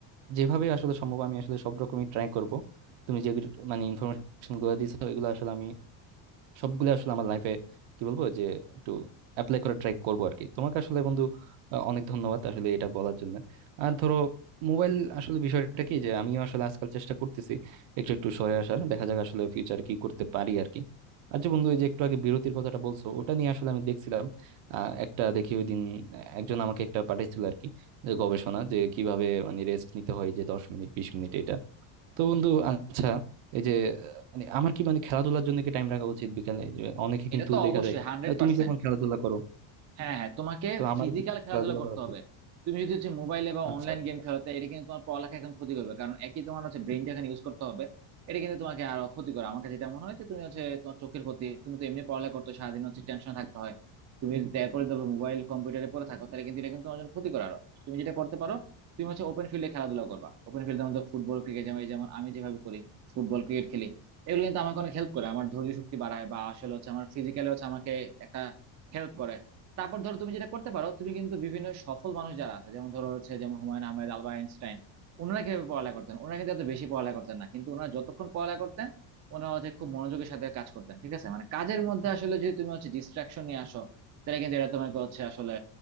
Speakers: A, on the right; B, on the right.
A: যেভাবে আসলে সম্ভব আমি আসলে সব রকমই ট্রাই করব তুমি যে মানে ইনফরমেশন গুলো দিছো এগুলো আসলে আমি সবগুলো আসলে আমার লাইফে কি বলবো যে একটু অ্যাপ্লাই করে ট্রাই করবো আর কি তোমাকে আসলে বন্ধু আহ, অনেক ধন্যবাদ আসলে এটা বলার জন্য আর ধরো মোবাইল আসলে বিষয়টা কি যে আমিও আসলে আজকাল চেষ্টা করতেছি একটু একটু সরে আসার দেখা যাক আসলে ফিউচার কি করতে পারি আর কি আর যে বন্ধু এই যে একটু আগে বিরতির কথাটা বলছো ওটা নিয়ে আসলে আমি দেখছিলাম আহ, একটা দেখি ওই দিন একজন আমাকে একটা পাঠিয়েছিল আর কি যে গবেষণা যে কিভাবে মানে রেস্ট নিতে হয় যে দশ মিনিট বিশ মিনিট এটা তো বন্ধু আচ্ছা এই যে আহ, মানে আমার কি মানে খেলাধুলার জন্য কি টাইম রাখা উচিত বিকালে যে অনেকে
B: এটা
A: কিন্তু
B: তো
A: দেখা
B: অবশ্যই
A: যায়
B: হান্ড্রেড
A: আহ,
B: পার্সেন্ট
A: তুমি যেমন খেলাধুলা করো
B: হ্যাঁ হ্যাঁ তোমাকে
A: তো আমার
B: ফিজিক্যাল
A: কি
B: খেলাধুলা
A: খেলাধুলা
B: করতে
A: করা উচিত
B: হবে তুমি যদি হচ্ছে মোবাইলে বা
A: আচ্ছা
B: অনলাইন
A: আচ্ছা
B: গেম খেলো তো এটা কিন্তু তোমার পড়ালেখা এখন ক্ষতি করবে কারণ একই তোমার হচ্ছে ব্রেনটা এখানে ইউজ করতে হবে এটা কিন্তু তোমাকে আরো ক্ষতি করে আমার কাছে যেটা মনে হয় যে তুমি হচ্ছে তোমার চোখের ক্ষতি তুমি তো এমনি পড়ালেখা করতে হয়, সারাদিন হচ্ছে টেনশন থাকতে হয় তুমি যদি তারপরে ধরো মোবাইল কম্পিউটারে পড়ে থাকো তাহলে কিন্তু এটা কিন্তু তোমার জন্য ক্ষতি করে আরো তুমি যেটা করতে পারো তুমি হচ্ছে ওপেন ফিল্ডে খেলাধুলা করবা ওপেন ফিল্ডে আমাদের ফুটবল ক্রিকেট যেমন এই যেমন আমি যেভাবে করি ফুটবল ক্রিকেট খেলি এগুলো কিন্তু আমাকে অনেক হেল্প করে আমার ধৈর্য শক্তি বাড়ায় বা আসলে হচ্ছে আমার ফিজিক্যালি হচ্ছে আমাকে একটা হেল্প করে তারপর ধরো তুমি যেটা করতে পারো তুমি কিন্তু বিভিন্ন সফল মানুষ যারা আছে যেমন ধরো হচ্ছে যেমন হুমায়ুন আহমেদ আলবার্ট আইনস্টাইন ওনারা কিভাবে পড়ালেখা করতেন ওনারা কিন্তু এত বেশি পড়ালেখা করতেন না কিন্তু ওনারা যতক্ষণ পড়ালেখা করতেন ওনারা হচ্ছে খুব মনোযোগের সাথে কাজ করতেন ঠিক আছে মানে কাজের মধ্যে আসলে যদি তুমি হচ্ছে ডিস্ট্রাকশন নিয়ে আসো তাহলে কিন্তু এটা তোমাকে হচ্ছে আসলে